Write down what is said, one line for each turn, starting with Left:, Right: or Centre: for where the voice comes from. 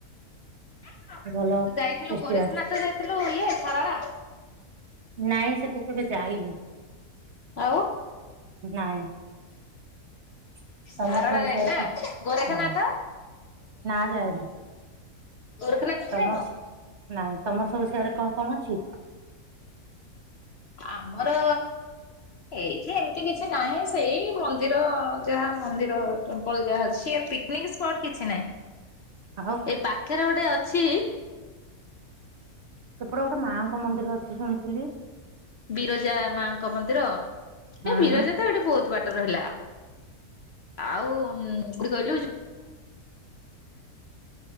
Left: ତୁ
Right: ଭଲ
Left: ଯାଇଥିଲୁ
Right: ଫେଷ୍ଟିଭାଲ
Left: ଗୋରେଖନାଥ ଯାଇଥିଲୁ? ଇଏ ଖରାରା।
Right: ନାଇଁ ସେଠି କେବେ ଯାଇନି,
Left: ଆଉ
Right: ନାଇଁ। <unintelligible> ତମର
Left: ସାରଳା
Right: ସବୁ
Left: ଯାଇନୁ
Right: ସେର
Left: ନା
Right: କ,
Left: ଗୋରେଖନାଥ
Right: ନାଇଁ ନା ଯାଏନି।
Left: ଗୋରେଖନାଥ ବି
Right: ତମର
Left: ଯାଇନୁ?
Right: ନାଇଁ ତମର ସବୁ ସେଆଡେ କଣ କଣ ଅଛି?
Left: ଆମର ଏଇଠି ଏମିତି କିଛି ନାହିଁ, ସେଇ ମନ୍ଦିର, ଯାହା ମନ୍ଦିର ଟେମ୍ପଲ ଯାହା ଅଛି, ଏମ୍ ପିକ ନିକ୍ ସ୍ପଟ୍ କିଛି ନାହିଁ।
Right: ଆଉ
Left: ଏଇ ପାଖରେ ଗୋଟେ ଅଛି
Right: ସେପଟେ ଗୋଟେ ମାଆଙ୍କ ମନ୍ଦିର ଅଛି ଶୁଣିଥିଲି?
Left: ବିରଜା ମାଙ୍କ ମନ୍ଦିର
Right: ହୁଁ
Left: ଏ ବିରଜା ତ ଏଇଠି ବହୁତ ବାଟ୍ ବାଟରେ ହେଲା ଆଉକଉଠୀ କହିଲୁ